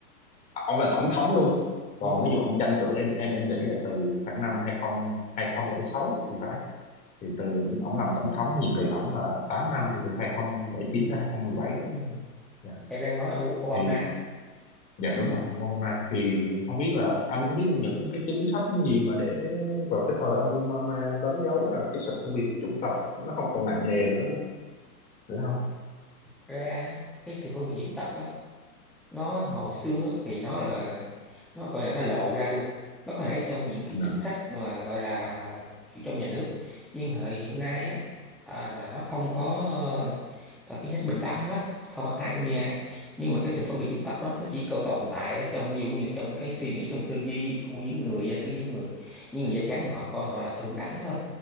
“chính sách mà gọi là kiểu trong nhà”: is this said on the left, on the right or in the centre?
Centre